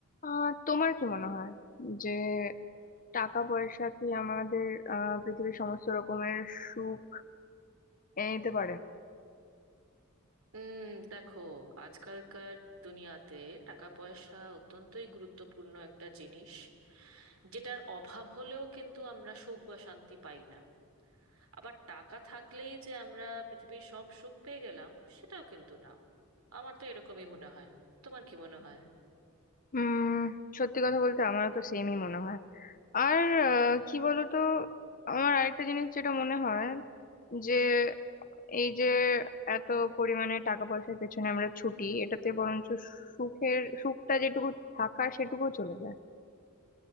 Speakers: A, on the left (about 40°); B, on the right (about 80°).
A: আহ তোমার কি মনে হয় যে টাকা পয়সা কি আমাদের আহ পৃথিবীর সমস্ত রকমের সুখ এনে দিতে পারে
B: উম দেখো আজকালকার দুনিয়াতে টাকা পয়সা অত্যন্তই গুরুত্বপূর্ণ একটা জিনিস যেটার অভাব হলেও কিন্তু আমরা সুখ বা শান্তি পাই না আবার টাকা থাকলেই যে আমরা পৃথিবীর সব সুখ পেয়ে গেলাম সেটাও কিন্তু না আমার তো এরকমই মনে হয় তোমার কি মনে হয়
A: উম সত্যি কথা বলতে আমারও তো সেমই মনে হয় আর আহ, কি বলতো আমার আরেকটা জিনিস যেটা মনে হয় যে এই যে এত পরিমাণে টাকা পয়সার পেছনে আমরা ছুটি এটাতে বরঞ্চ সুখের সুখটা যেটুকু থাকার সেটুকু চলে যায়